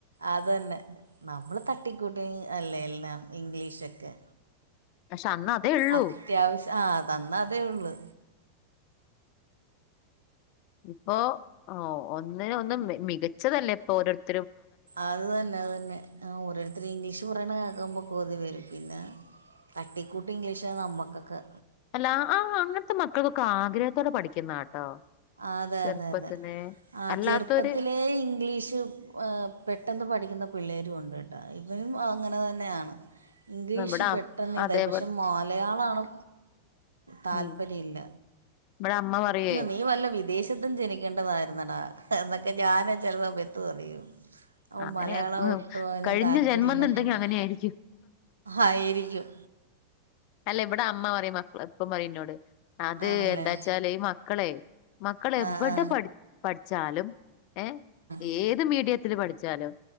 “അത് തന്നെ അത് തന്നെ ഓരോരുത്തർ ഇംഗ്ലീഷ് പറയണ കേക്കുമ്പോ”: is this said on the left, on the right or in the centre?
Right